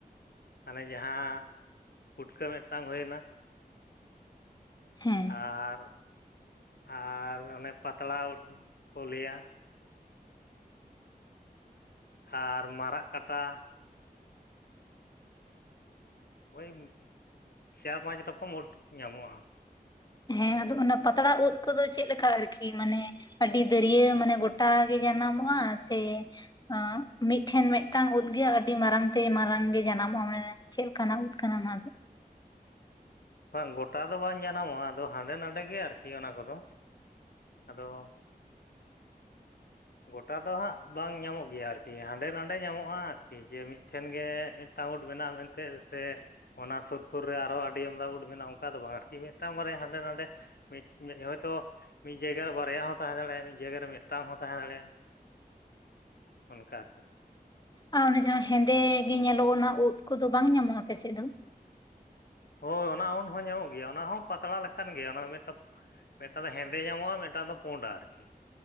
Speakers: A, on the left; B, on the left.
A: ᱦᱟᱱᱮ ᱡᱟᱦᱟᱸ ᱯᱩᱴᱠᱟᱹ ᱢᱤᱫᱴᱟᱝ ᱦᱩᱭᱮᱱᱟ,
B: ᱦᱮᱸ᱾
A: ᱟᱨ, ᱟᱨ ᱚᱱᱮ ᱯᱟᱛᱲᱟ ᱩᱫ ᱠᱚ ᱞᱟᱹᱭᱟ, ᱟᱨ ᱢᱟᱨᱟᱜ ᱠᱟᱴᱟ, ᱳᱭ ᱪᱟᱨ ᱯᱟᱸᱪ ᱨᱚᱠᱚᱢ ᱩᱫ ᱧᱟᱢᱚᱜᱼᱟ᱾
B: ᱦᱮᱸ ᱟᱫᱚ ᱚᱱᱟ ᱯᱟᱛᱲᱟ ᱩᱫ ᱠᱚᱫᱚ ᱪᱮᱫ ᱞᱮᱠᱟ ᱟᱨᱠᱤ ᱢᱟᱱᱮ ᱟᱹᱰᱤ ᱫᱟᱹᱨᱭᱟᱹ ᱢᱟᱱᱮ ᱜᱚᱴᱟ ᱜᱮ ᱡᱟᱱᱟᱢᱚᱜᱼᱟ ᱥᱮ ᱮᱸ ᱢᱤᱫᱴᱷᱮᱱ ᱢᱤᱫᱴᱟᱝ ᱩᱫ ᱜᱮᱭᱟ ᱟᱹᱰᱤ ᱢᱟᱨᱟᱝ ᱛᱮᱭ ᱢᱟᱨᱟᱝ ᱜᱮ ᱡᱟᱱᱟᱢᱚᱜᱼᱟ ᱢᱟᱱᱮ᱾ ᱪᱮᱫ ᱞᱮᱠᱟᱱᱟᱜ ᱩᱫᱽ ᱠᱟᱱᱟ ᱱᱚᱭᱟ ᱫᱚ?
A: ᱵᱟᱝ ᱜᱚᱴᱟ ᱫᱚ ᱵᱟᱝ ᱡᱟᱱᱟᱢᱚᱜᱼᱟ ᱟᱫᱚ ᱦᱟᱸᱰᱮ ᱱᱟᱰᱮ ᱜᱮ ᱟᱨᱠᱤ ᱚᱱᱟ ᱠᱚᱫᱚ᱾ ᱟᱫᱚ ᱜᱚᱴᱟ ᱫᱚ ᱦᱟᱸᱜ ᱵᱟᱝ ᱧᱟᱢᱚᱜ ᱜᱮᱭᱟ ᱟᱨᱠᱤ ᱦᱟᱸᱰᱮ ᱱᱟᱰᱮ ᱧᱟᱢᱚᱜᱼᱟ ᱟᱨᱠᱤ ᱡᱮ ᱢᱤᱫ ᱴᱷᱮᱱ ᱜᱮ ᱢᱤᱫᱴᱟᱝ ᱩᱫ ᱢᱮᱱᱟᱜᱼᱟ ᱢᱮᱱᱛᱮ ᱥᱮ ᱚᱱᱟ ᱥᱩᱨ ᱥᱩᱨ ᱨᱮ ᱟᱨᱚ ᱟᱹᱰᱤ ᱟᱢᱫᱟ ᱩᱫ ᱢᱮᱱᱟᱜᱼᱟ ᱚᱱᱠᱟ ᱫᱚ ᱵᱟᱝ ᱟᱨᱠᱤ ᱢᱤᱫᱴᱟᱝ ᱵᱟᱨᱭᱟ ᱦᱟᱸᱰᱮ ᱱᱟᱰᱮ ᱢᱤᱫ ᱢᱤᱫ ᱦᱚᱭᱛᱳ ᱢᱤᱫ ᱡᱟᱭᱜᱟ ᱨᱮ ᱵᱟᱨᱭᱟ ᱦᱚᱸ ᱛᱟᱦᱮᱸ ᱫᱟᱲᱮᱭᱟᱜᱼᱟ ᱢᱤᱫ ᱡᱟᱭᱜᱟ ᱨᱮ ᱢᱤᱫᱴᱟᱝ ᱦᱚᱸ ᱛᱟᱦᱮᱸ ᱫᱟᱲᱮᱭᱟᱜᱼᱟ᱾ ᱚᱱᱠᱟ ᱟᱨᱠᱤ᱾
B: ᱟᱨ ᱚᱱᱮ ᱡᱟᱦᱟᱸ ᱦᱮᱸᱫᱮ ᱜᱮ ᱧᱮᱞᱚᱜᱼᱟ ᱚᱱᱟ ᱩᱫ ᱠᱚᱫᱚ ᱵᱟᱝ ᱧᱟᱢᱚᱜᱼᱟ ᱟᱯᱮᱥᱮᱫ ᱫᱚ?
A: ᱦᱳᱭ ᱚᱱᱟ ᱩᱫ ᱦᱚᱸ ᱧᱟᱢᱚᱜ ᱜᱮᱭᱟ ᱚᱱᱟ ᱦᱚᱸ ᱯᱟᱛᱲᱟ ᱞᱮᱠᱟᱱ ᱜᱮᱭᱟ ᱚᱱᱟ ᱫᱚ ᱢᱤᱫᱴᱟᱝ ᱢᱤᱫᱴᱟᱝ ᱫᱚ ᱦᱮᱸᱫᱮ ᱧᱟᱢᱚᱜᱼᱟ ᱢᱤᱫᱴᱟᱝ ᱫᱚ ᱯᱩᱸᱰ ᱟᱨᱠᱤ᱾